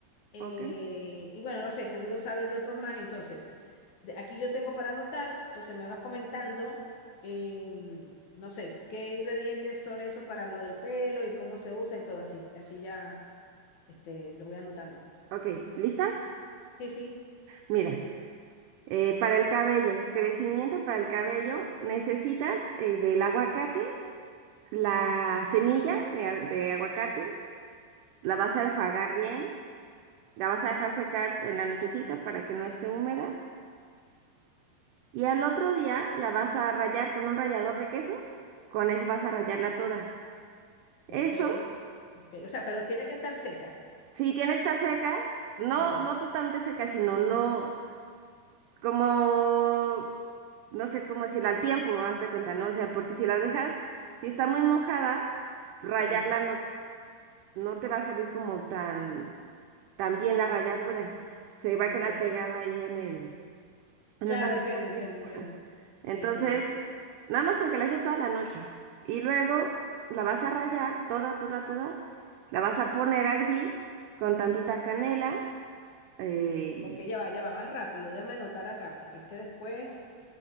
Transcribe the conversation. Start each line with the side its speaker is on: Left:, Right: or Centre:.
Left: Eh,
Right: ok,
Left: y bueno, no sé, seguro sabes de otros más, entonces, de- aquí yo tengo para anotar, entonces me vas comentando, em, no sé, qué ingredientes son esos para lo del pelo y cómo se usa y todo así, así ya, este, lo voy anotando.
Right: ok, ¿lista?
Left: Sí, sí,
Right: Mira, eh, para el cabello, crecimiento para el cabello, necesitas eh, del aguacate, la semilla de, a- de aguacate, la vas a enjuagar bien, la vas a dejar secar en la nochecita para que no esté húmeda, y al otro día la vas a rayar con un rallador de queso, con eso vas a rallarla toda. Eso...
Left: ok, ok, o sea, pero tiene que estar seca,
Right: Sí, tiene que estar seca. No,
Left: ok,
Right: no totalmente seca, sino no como, no sé cómo decirlo, al tiempo, hazte cuenta, ¿no? O sea, porque si la dejas, si está muy mojada, rayarla
Left: sí,
Right: no, no te va a salir como tan, tan bien la ralladura. Se va
Left: ok,
Right: a quedar pegada ahí en el, en
Left: claro,
Right: el rallador
Left: entiendo, entiendo,
Right: de su-
Left: entiendo,
Right: ajá. Entonces,
Left: sí, entiendo,
Right: nada más con que la dejes toda la noche. Y luego la vas a rayar toda, toda, toda. La vas a poner a hervir con tantita canela el-
Left: ok, ya va, ya va, vas rápido, déjame anotar acá, porque es que después...